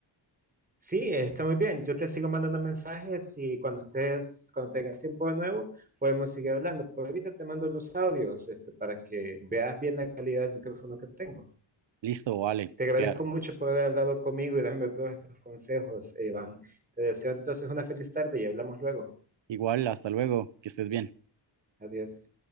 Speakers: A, on the right; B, on the right.
A: Sí, está muy bien. Yo te sigo mandando mensajes y cuando estés, cuando tengas tiempo de nuevo, podemos seguir hablando. Por ahorita te mando los audios, este, para que veas bien la calidad del micrófono que tengo.
B: Listo, vale.
A: Te agradezco
B: Queda.
A: mucho por haber hablado conmigo y darme todos estos consejos, Iván. Te deseo entonces una feliz tarde y hablamos luego.
B: Igual, hasta luego. Que estés bien.
A: Adiós.